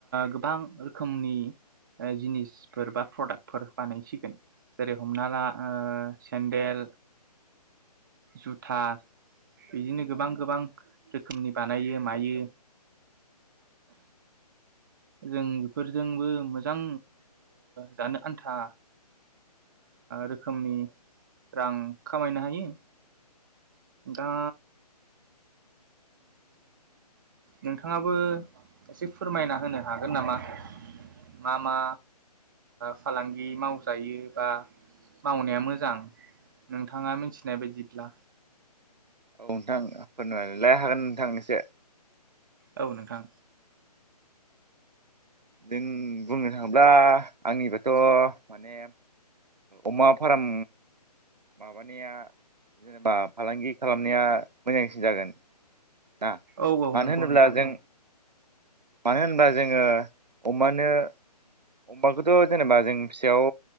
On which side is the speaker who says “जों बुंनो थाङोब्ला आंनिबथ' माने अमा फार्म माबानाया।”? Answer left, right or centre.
Right